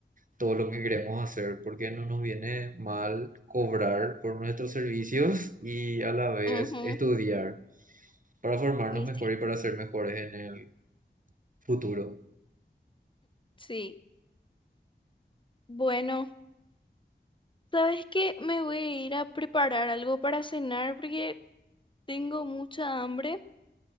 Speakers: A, on the right; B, on the left.
A: todo lo que queremos hacer, porque no nos viene mal cobrar por nuestros servicios y a la vez
B: ujú,
A: estudiar para formarnos
B: y
A: mejor
B: sí,
A: y para ser mejores en el futuro.
B: sí. Bueno, ¿sabes qué? Me voy a ir a preparar algo para cenar porque tengo mucha hambre.